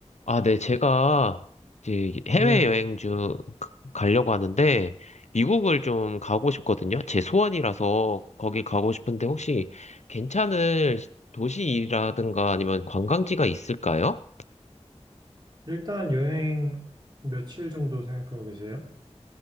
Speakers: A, on the left (about 75°); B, on the right (about 40°).
A: 아, 네, 제가 이제 해외여행
B: 네.
A: 중 가려고 하는데, 미국을 좀 가고 싶거든요. 제 소원이라서 거기 가고 싶은데, 혹시 괜찮을 도시라든가 아니면 관광지가 있을까요?
B: 일단 여행 며칠 정도 생각하고 계세요?